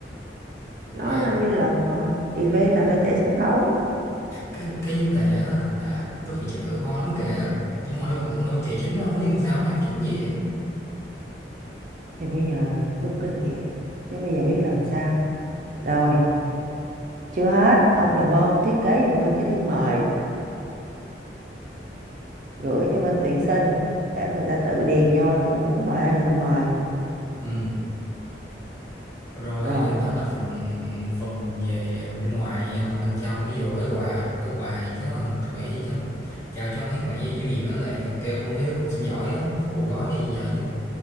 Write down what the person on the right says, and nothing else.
nói
bao nhiêu lần rồi event là phải chạy sân khấu
thì bây giờ rút kinh nghiệm chứ bây giờ biết làm sao rồi chưa hết ông làm ơn ông thiết kế giùm tôi cái thư mời gửi cho bên tuyển sinh để người ta tự điền vô người ta muốn mời ai người ta mời
rồi